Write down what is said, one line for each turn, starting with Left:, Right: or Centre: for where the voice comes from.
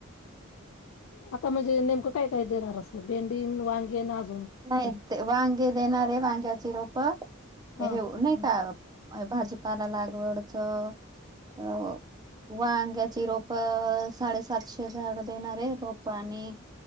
Left: आता म्हणजे नेमकं काय काय देणार असं भेंडी वांगे आज
Right: नाही वांगे देणारे वांग्याची रोप हे
Left: हा
Right: नाही का भाजीपाला लागवडच अ व अंग्याची रोप साडेसातशे झाड देणारे रोप आणि